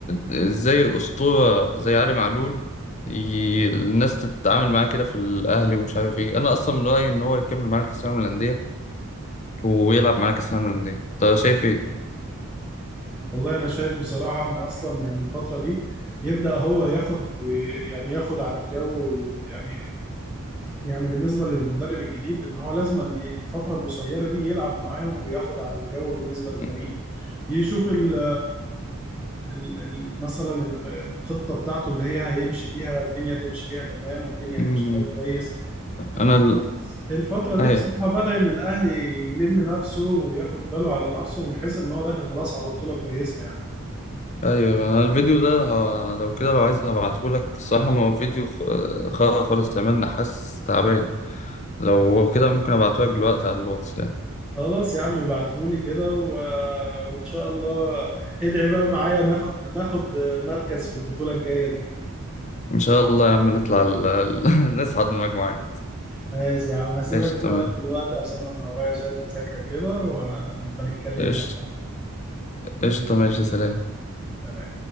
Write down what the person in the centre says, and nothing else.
والله انا شايف بصراحه ان اصلا يعني الفتره دي يبدا هو ياخد ويعني ياخد على الجو يعني يعني بالنسبه للمدرب الجديد ان هو لازم أن ي- الفتره القصيره دي يلعب معاهم وياخد على الجو بالنسبه
للفريق يشوف ال ال- ال- مثلا ال- الخطه بتاعته اللي هي هيمشي بيها الدنيا تمشي بيها تمام والدنيا
تمشي بيها كويس
بس الفترة دي
بصراحة بدأ إن الأهلي يلم نفسه وياخد باله على نفسه من حيث إن هو داخل خلاص على بطولة كويسة يعني
خلاص يا عم ابعتهولي كده و... وان شاء الله ادعي بقى معايا ناخد ناخد مركز في البطولة الجاية دي
ماشي يا عم هسيبك
انا
بقى دلوقتي عشان انا ورايا شوية مذاكرة كده ونبقى نتكلم
يعني ماشي
يا عم
سلام.